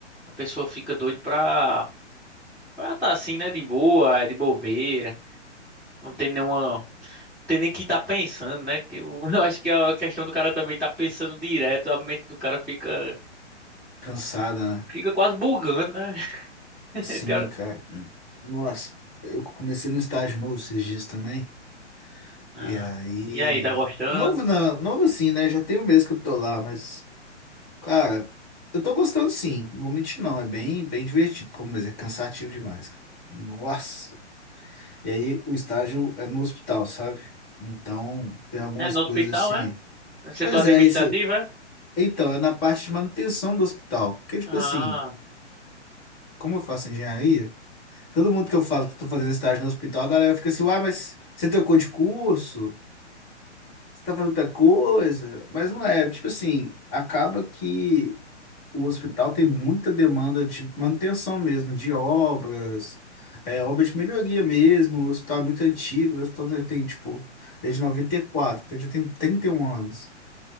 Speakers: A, in the centre; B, on the left.
A: A pessoa fica doida pra. Pra tá assim, né? De boa, é de bobeira. Não tem nenhuma. Não tem nem que tá pensando, né? Que eu, <laughs> eu acho que a questão do cara também tá pensando direto. A mente do cara fica.
B: Cansada, né?
A: Fica quase bugando, né? <laughs>
B: Sim,
A: Tem hora-
B: cara. Nossa, eu comecei no estágio novo esses dias também.
A: Ah,
B: E aí.
A: e aí, tá gostando?
B: Novo não, novo assim, né? Já tem um mês que eu tô lá, mas, cara, eu tô gostando sim. Não vou mentir, não. É bem, bem divertido, pô, mas é cansativo demais, cara. Nossa. E aí o estágio é no hospital, sabe? Então tem algumas
A: É, no
B: coisas
A: hospital,
B: assim.
A: é? No setor
B: Pois
A: administrativo,
B: é, isso.
A: é?
B: Então, é na parte de manutenção do hospital. Porque, tipo
A: Ah,
B: assim, como eu faço engenharia, todo mundo que eu falo que eu tô fazendo estágio no hospital, a galera fica assim, uai, mas você trocou de curso? Você tá fazendo outra coisa? Mas não é, tipo assim, acaba que. o hospital tem muita demanda de manutenção mesmo, de obras, é, obras de melhoria mesmo. O hospital é muito antigo, o hospital já tem, tipo, é de quatro, então já tem 31 anos.